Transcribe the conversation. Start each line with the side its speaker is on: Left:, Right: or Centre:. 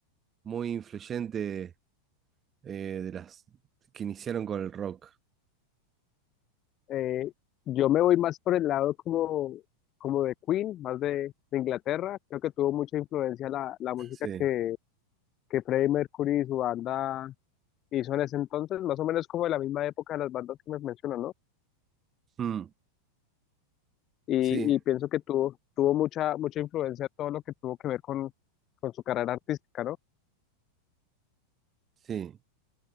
Right: muy influyente eh, de las que iniciaron con el rock?
Left: Eh, yo me voy más por el lado como, como de Queen, más de, de Inglaterra. Creo que tuvo mucha influencia la, la música
Right: Sí.
Left: que que Freddie Mercury y su banda hizo en ese entonces, más o menos como de la misma época de las bandas que me mencionan, ¿no?
Right: Mm,
Left: Y,
Right: sí,
Left: y pienso que tuvo, tuvo mucha, mucha influencia todo lo que tuvo que ver con, con su carrera artística, ¿no?
Right: sí.